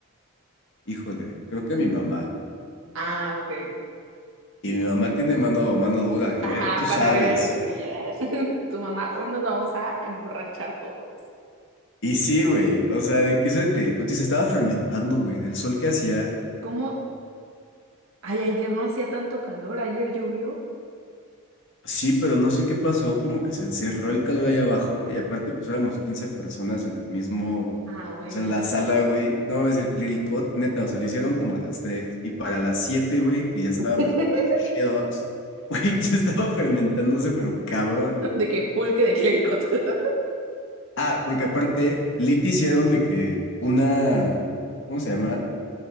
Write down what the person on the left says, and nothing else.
Híjole, creo que mi mamá.
Y mi
mamá tiene
mano, mano dura, ¿eh?
Tú sabes.
Y sí, güey, o sea, de que hizo el clericote y se estaba fermentando, güey, del sol que hacía.
Sí, pero no sé qué pasó, como que se encerró el calor ahí abajo y aparte pues éramos 15 personas en el mismo,
o sea, en la sala, güey. No mames, el clericot, neta, o sea, lo hicieron como a las 3 y para las siete güey, que ya estábamos
como de que chidos, güey, <laughs> ya estaba fermentándose, pero cabrón.
Ah, porque aparte, Lit hicieron de que una, ¿cómo se llama?